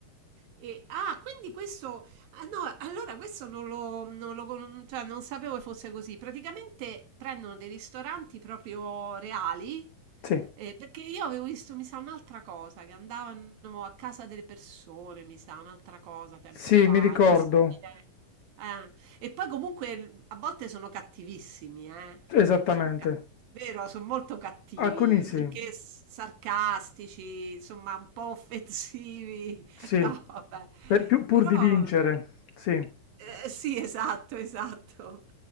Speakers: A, on the right; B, on the left.
A: E- ah, quindi questo, ah, no, allora questo non lo, non lo con- cioè non sapevo che fosse così. Praticamente prendono dei ristoranti proprio reali,
B: Sì.
A: eh, perché io avevo visto, mi sa, un'altra cosa, che andavano a casa delle persone, mi sa, un'altra cosa tempo
B: Sì,
A: fa.
B: mi ricordo,
A: È possibile? Eh, E poi comunque a volte sono cattivissimi, eh.
B: esattamente.
A: Sono cattivi. Vero, sono molto cattivi,
B: Alcuni sì,
A: anche s- sarcastici, insomma, un po' offensivi.
B: sì,
A: <laughs> No, vabbè.
B: Per- più- pur
A: Però
B: di vincere, sì.
A: eh, sì, esatto, esatto.